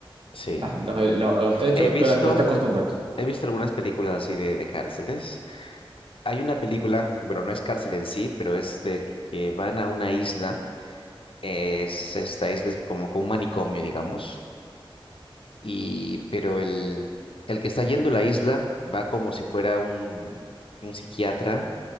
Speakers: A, on the left (about 75°); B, on the right (about 70°).
A: Sí.
B: las- los los- los techos,
A: He visto,
B: pero después te acostumbras.
A: he visto algunas películas así de, de cárceles. Hay una película, bueno, no es cárcel en sí, pero es de que van a una isla. Es, esta isla es como con un manicomio, digamos. Y, pero el, el que está yendo a la isla va como si fuera un, un psiquiatra